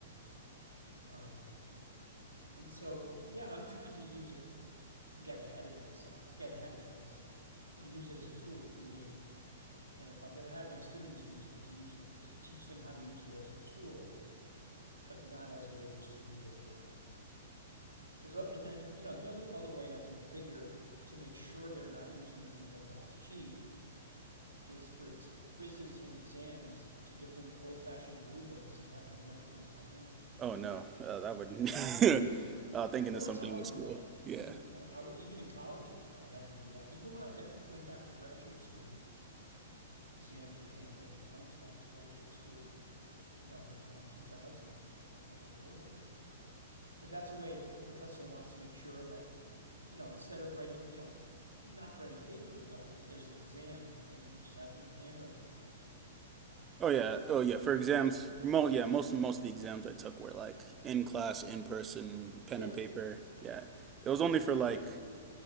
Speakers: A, on the right; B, on the right.
A: Um, and so, yeah, I'm trying to use it to get ahead of myself, to get ahead of things, and use it as a tool for me. And if I'm going to have my students use it, to use it to teach them how to use it as a tool, but not as a way just to do their work. Because and then you know the only other way I can figure to make sure they're not using things like that to cheat is for t- quizzes and exams to give them old-fashioned blue books and have them write things by hand.
B: Oh no uh, that would <laughs>
A: Yeah.
B: uh, thinking
A: Well,
B: of something
A: that's how I
B: with
A: grew
B: school
A: up.
B: Yeah.
A: I mean, uh, I was even in college. I had to do that. Even when I bec- went back to graduate school, exams were handwritten, and I went to back to graduate school. You know, in around 2000 when I was older. But that's the way if a professor wants to make sure that you know, instead of writing, you know, not writing papers, but if there's an exam, then you just have them handwrite it.
B: Oh yeah, oh yeah. For exams, mo yeah, most most of the exams I took were like in class, in person, pen
A: Yeah,
B: and paper. Yeah, it was only for like